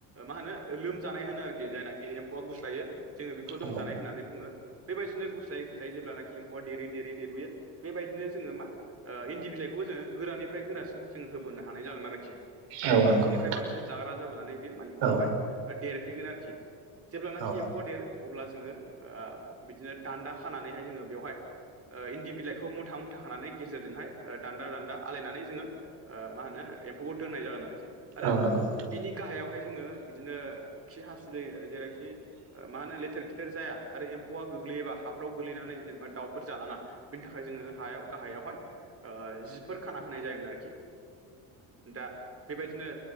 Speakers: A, on the right; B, on the right.
A: मा होनो लोमजानाय होनो आरोखि जायनाखि एम्फौआ गुस्लायो जोङो बेखौ लोमजानाय
B: औ
A: होननानै बुङो बेबायदिनो गुस्लायै गुस्लायै जेब्लानाखि एम्फौआ देरै देरै देरबोयो बेबायदिनो जोङो मा ओ इन्दि बिलाइखौबो जोङो गोरानिफ्राय गोरासिन जों होबोनो हानाय जागोन आरोखि आरो
B: औ
A: बांसिननिफ्राय
B: नंगौ नोंथां
A: बांसिन जाग्रा जाबोनानै बेयो मानि उनावहाय
B: औ
A: देरफैगोन आरोखि जेब्लानाखि
B: औ
A: एम्फौवा देर अब्ला जोङो बिदिनो दान्दा खानानैहाय जोङो बेयावहाय ओ इन्दि बिलाइखौ मुथा मुथााखानानै गेजेरजोंहाय दान्दा दान्दा आलायनानै जोङो आ मा होनो एम्फौआव दोननाय जागोन आरोखि आरो
B: औ नंगौ नोंथां
A: बिनि गाहायावहाय जोङो बिदिनो खि हासुदै जेरैखि मा होनो लेथेर फेथेर जाया आरो एम्फौआ गोग्लैयोबा हाफ्राव गोग्लैनानै जेनेबा दाउफोर जालाङा बिनि थाखाय जोङो हायाव गाहायावहाय ओ जिफोर खाना होनाय जायोमोन आरोखि दा बेबायदिनो